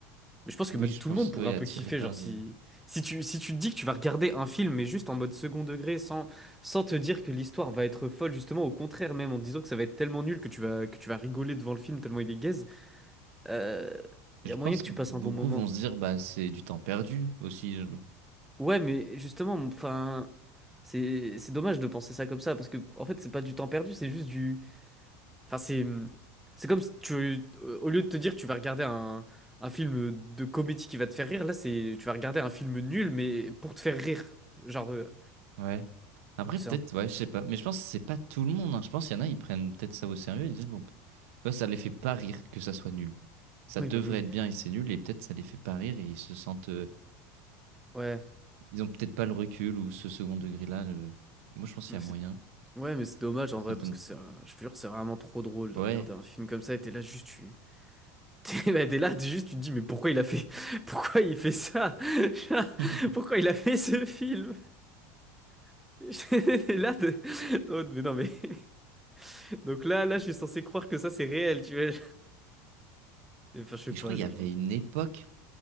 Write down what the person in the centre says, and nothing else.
Mais je pense que
même
tout
le monde pourrait
un peu
kiffer,
genre, si,
si tu, si tu te dis que tu vas regarder un film, mais juste en mode second degré, sans, sans te dire que l'histoire va être folle, justement, au contraire, même, en te disant que ça va être tellement nul que tu vas, que tu vas rigoler devant le film tellement il est gaze il
y a moyen
que tu
passes un bon moment.
Ouais, mais justement, enfin, c'est c'est dommage de penser ça comme ça parce que en fait, c'est pas du temps perdu, c'est juste du, enfin, c'est c'est comme si tu, euh, au lieu de te dire tu vas regarder un un film de comédie qui va te faire rire, là, c'est tu vas regarder un film nul mais pour te faire rire. Genre, euh,
c'est
un,
oui,
bah oui,
ouais,
mais
c'est
ouais, mais c'est dommage
en
vrai parce que c'est, un- je te jure, c'est vraiment trop drôle de
regarder un film comme ça et t'es là juste tu <laughs> T'es bah, t'es là, t'es juste, tu te dis, mais pourquoi il a fait, <laughs> pourquoi il fait ça? <laughs>
Pourquoi il a fait ce film? <laughs> T'es là, t'es- oh, mais non, mais. <laughs> Donc là, là, je suis censé croire que ça, c'est réel, tu vois. Enfin, je sais
pas,
genre.
je-